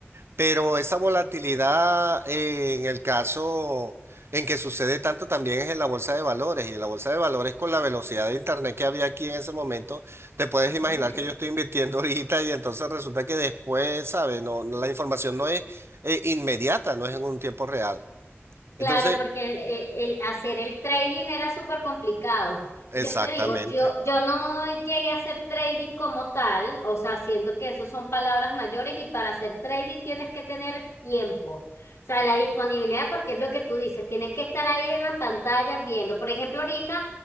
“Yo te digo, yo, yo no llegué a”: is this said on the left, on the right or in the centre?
Left